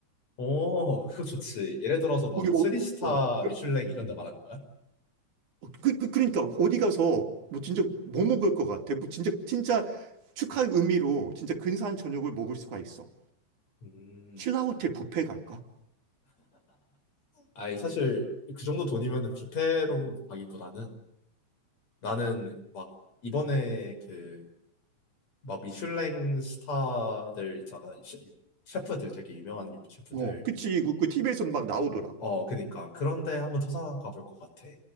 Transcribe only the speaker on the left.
오, 그거 좋지. 예를 들어서 막
3스타
미슐랭 이런
데 말하는 거야?
음,
아니, 사실, 그 정도 돈이면은 뷔페로 가기보다는 나는 막, 이번에 그, 막 미슐랭 스타들 있잖아. 셰- 셰프들, 되게 유명한 셰프들.
어, 그니까. 그런데 한번 찾아가 볼 것 같아.